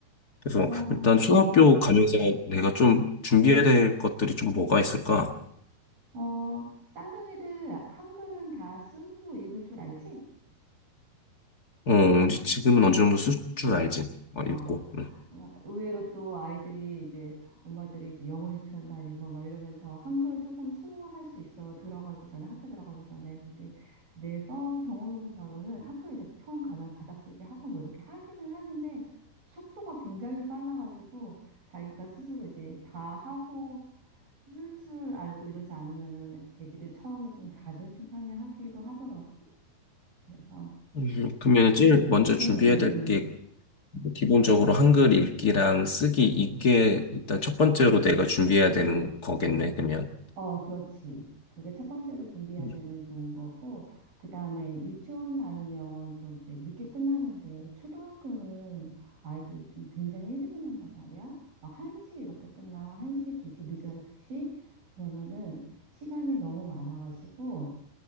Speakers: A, on the left; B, on the right.
A: 그래서
B: 어,
A: 일단 초등학교 가면서 내가 좀 준비해야 될 것들이 좀 뭐가 있을까?
B: 어, 쌍둥이들 한글은 다 쓰고 읽을 줄 알지?
A: 어, 이제 지금은 어느 정도 쓸 줄 알지. 어, 읽고.
B: 어,
A: 응.
B: 어, 의외로 또 아이들이 이제 엄마들이 이제 영어 유치원 다니고 막 이러면서 한글 조금 소홀할 수 있어 들어가기 전에 학교 들어가기 전에 근데 내가 경험해본 바로는 학교 이제 처음 가면 받아쓰기 하고 뭐 이렇게 하기는 하는데 속도가 굉장히 빨라가지고 자기가 스스로 이제 다 하고 쓸 줄 알고 이러지 않으면은 애기들 처음에 좀 자존심 상해하기도 하더라고 그래서
A: 음, 그러면 제일 먼저 준비해야
B: 응응응
A: 될 게 기본적으로 한글 읽기랑 쓰기 이게 일단 첫 번째로 내가 준비해야 되는 거겠네. 그러면.
B: 어, 그렇지. 그게 첫 번째로 준비해야
A: 음,
B: 되면 좋은 거고, 그 다음에 유치원 다니면 좀 이제 늦게 끝나는데, 초등학교는 아이들 요즘 굉장히 일찍 끝난단 말이야. 막 1시 이렇게 끝나. 1시, 2시, 늦어야 2시. 그러면은 시간이 너무 많아가지고,